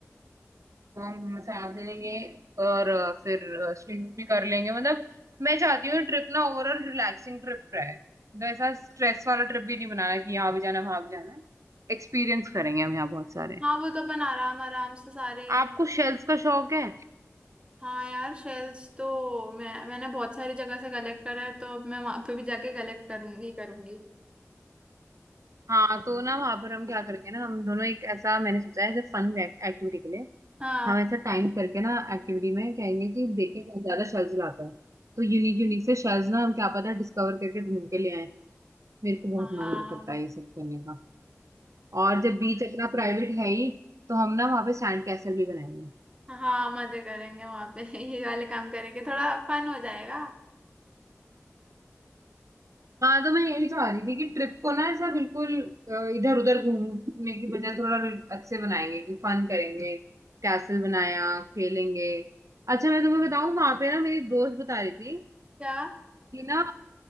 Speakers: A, on the right; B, on the right.
A: तो हम मसाज ले लेंगे और अ, फिर स्विमिंग भी कर लेंगे मतलब मैं चाहती हूँ ट्रिप ना ओवरऑल रिलैक्सिंग ट्रिप रहे तो ऐसा स्ट्रेस वाला ट्रिप भी नहीं बनाना कि यहाँ भी जाना है, वहां भी जाना है एक्सपीरियंस करेंगे हम यहाँ बहुत सारे
B: हाँ वो तो अपन आराम आराम से सारे
A: आपको शेल्स का शौक है
B: हाँ यार शेल्स तो मैं मैंने बहुत सारी जगह से कलेक्ट करा है तो अब मैं वहां पे भी जाके कलेक्ट करूंगी करूंगी
A: हाँ तो ना वहां पर हम क्या करेंगे ना हम दोनों एक ऐसा मैंने सोचा है ऐसे फन एक्टिविटी के लिए
B: हाँ
A: हम ऐसा टाइम करके ना एक्टिविटी में कहेंगे कि देखें कौन ज्यादा शेल्स लाता है तो यूनिक यूनिक से शेल्स ना हम क्या पता डिस्कवर करके ढूंढ के ले आए मेरे को बहुत मन
B: हाँ
A: करता है ये सब करने का और जब बीच अपना प्राइवेट है ही तो हम ना वहां पे सैंड कैसल भी बनाएंगे
B: हाँ मजे करेंगे वहां पे <laughs> ये वाले काम करेंगे थोड़ा फन हो जाएगा
A: हाँ तो मैं यही चाह रही थी कि ट्रिप को ना ऐसा बिल्कुल इधर उधर घूमने की बजाय थोड़ा अच्छे बनाएंगे कि फन करेंगे कैसल बनाया खेलेंगे अच्छा मैं तुम्हें बताऊं वहां पे ना मेरी दोस्त बता रही थी
B: क्या
A: कि ना